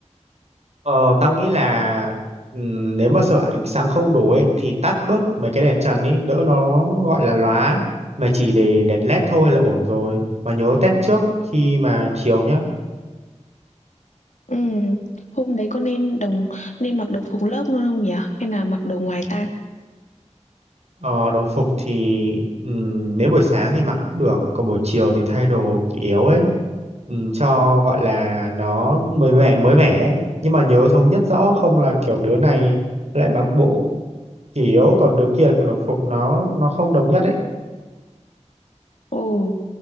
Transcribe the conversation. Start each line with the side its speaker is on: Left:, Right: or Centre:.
Right: Ờ, tao nghĩ là ừm, nếu mà sợ ánh sáng không đủ ấy, thì tắt bớt mấy cái đèn trần ấy, đỡ nó gọi là lóa. Mà chỉ để đèn LED thôi là ổn rồi. Mà nhớ test trước khi mà chiếu nhá.
Left: Ừm, hôm đấy có nên đồng nên mặc đồng phục lớp luôn không nhỉ? Hay là mặc đồ ngoài ta?
Right: Ờ, đồng phục thì ừm, nếu buổi sáng thì mặc cũng được, còn buổi chiều thì thay đồ kỷ yếu ấy. Ừm, cho gọi là nó mới mẻ mới mẻ ấy. Nhưng mà nhớ thống nhất rõ không là kiểu đứa này lại mặc bộ kỷ yếu còn đứa kia lại mặc đồng phục nó nó không đồng nhất ấy.
Left: Ồ,